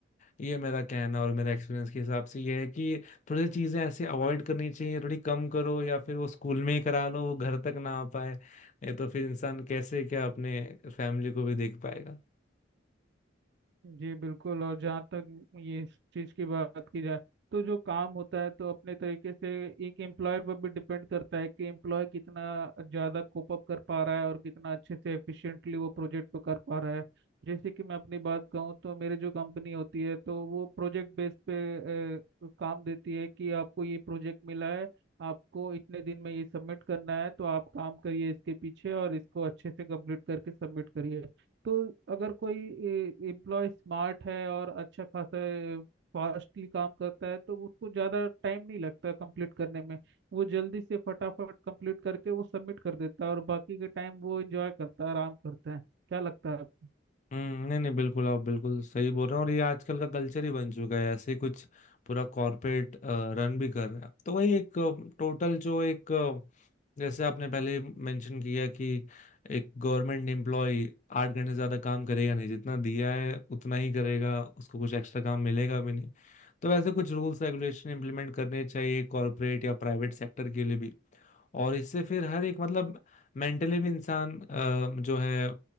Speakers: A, on the left; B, on the right.
A: ये मेरा कहना और मेरा एक्सपीरियंस के हिसाब से ये है कि थोड़ी सी चीजें ऐसे अवॉइड करनी चाहिए थोड़ी कम करो या फिर वो स्कूल में ही करा लो वो घर तक ना आ पाए नहीं तो फिर इंसान कैसे क्या अपने फैमिली को भी देख पाएगा
B: जी बिल्कुल और जहाँ तक ये इस चीज़ की बात की जाए तो जो काम होता है तो अपने तरीके से एक एम्प्लॉय पर भी डिपेंड करता है कि एम्प्लॉय कितना ज़्यादा कोप अप कर पा रहा है और कितना अच्छे से एफिशिएंटली वो प्रोजेक्ट को कर पा रहा है जैसे कि मैं अपनी बात कहूँ तो मेरी जो कंपनी होती है तो वो प्रोजेक्ट बेस पे अ, काम देती है कि आपको ये प्रोजेक्ट मिला है आपको इतने दिन में ये सबमिट करना है तो आप काम करिए इसके पीछे और इसको अच्छे से कंप्लीट करके सबमिट करिए तो अगर कोई एम्प्लॉय स्मार्ट है और अच्छा खासा फास्टली काम करता है तो उसको ज़्यादा टाइम नहीं लगता कंप्लीट करने में वो जल्दी से फटाफट कंप्लीट करके वो सबमिट कर देता है और बाकी के टाइम वो एंजॉय करता है आराम करता है क्या लगता है आपको
A: हम्म नहीं नहीं बिल्कुल आप बिल्कुल सही बोल रहे हैं और ये आजकल का कल्चर ही बन चुका है ऐसे ही कुछ पूरा कॉर्पोरेट रन भी कर रहा है तो वही एक टोटल जो एक अ, जैसे आपने पहले मेंशन किया कि एक गवर्नमेंट एम्प्लॉय आठ घंटे से ज्यादा काम करेगा नहीं जितना दिया है उतना ही करेगा उसको कुछ एक्स्ट्रा काम मिलेगा भी नहीं तो वैसे कुछ रूल्स रेगुलेशन इंप्लीमेंट करने चाहिए कॉर्पोरेट या प्राइवेट सेक्टर के लिए भी और इससे फिर हर एक मतलब मेंटली भी इंसान अ, जो है